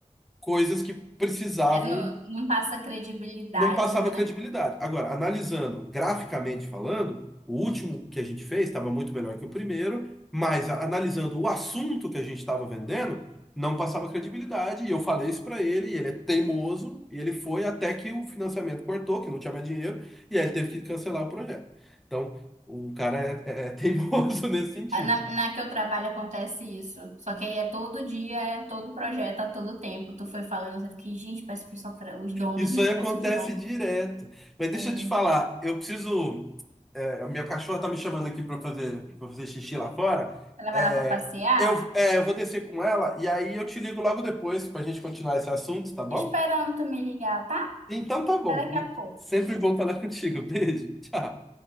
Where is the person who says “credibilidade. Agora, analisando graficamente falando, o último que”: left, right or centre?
Centre